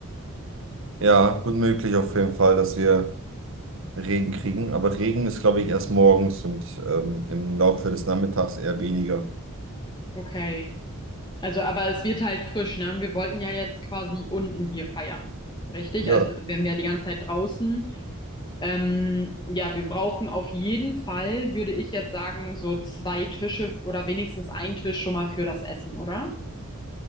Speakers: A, on the right; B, on the left.
A: Ja, gut möglich auf jeden Fall, dass wir Regen kriegen. Aber Regen ist, glaube ich, erst morgens und ähm, im Laufe des Nachmittags eher weniger.
B: Okay. Also, aber es wird halt frisch, ne? Und wir wollten ja jetzt quasi unten hier feiern. Richtig?
A: Ja,
B: Also, wenn wir die ganze Zeit draußen. Ähm, ja, wir brauchen auf jeden Fall, würde ich jetzt sagen, so zwei Tische oder wenigstens einen Tisch schon mal für das Essen, oder?